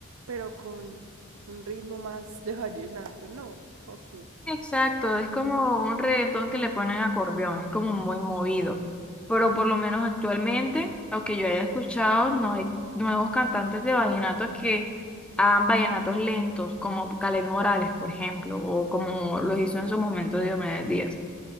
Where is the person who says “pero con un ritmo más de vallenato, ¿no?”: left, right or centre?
Right